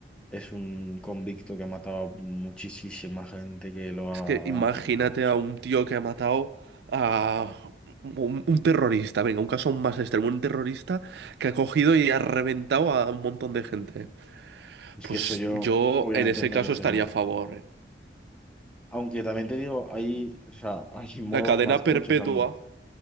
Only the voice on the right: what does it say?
Es
que imagínate
a un tío que ha matado a un, un terrorista. Venga, un caso aún más extremo. Un terrorista que ha cogido y ha reventado a un montón de gente.
Pues
yo
en ese
caso estaría
a favor, eh.
La cadena
perpetua,